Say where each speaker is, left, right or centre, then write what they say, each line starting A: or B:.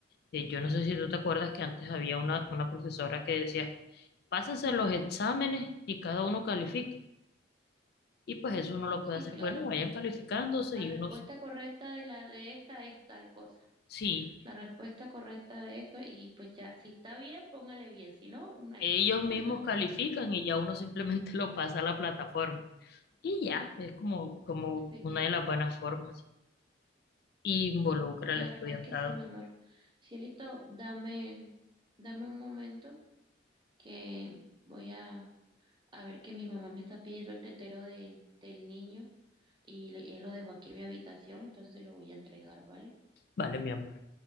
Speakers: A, on the left (about 55°); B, on the right (about 25°).
A: Eh, yo no sé si tú te acuerdas que antes había una, una profesora que decía, pásense los exámenes y cada uno califique. Y pues eso uno lo
B: Sí,
A: puede hacer,
B: claro.
A: bueno, vayan calificándose
B: La
A: y
B: respuesta
A: unos,
B: correcta de la de esta es tal cosa.
A: sí,
B: la respuesta correcta de esto y pues ya, si está bien, póngale bien, si no, una
A: ellos
B: X.
A: mismos
B: <laughs>
A: califican y ya uno simplemente <laughs> lo pasa a la plataforma. Y ya, es como, como
B: Sí,
A: una
B: claro.
A: de las buenas formas. Involucra
B: La
A: al estudiantado.
B: verdad es que sí, mi amor. Cielito, dame, dame un momento que voy a, a ver que mi mamá me está pidiendo el tetero de, del niño y le- él lo dejó aquí en mi habitación, entonces se lo voy a entregar, ¿vale?
A: Vale, mi amor.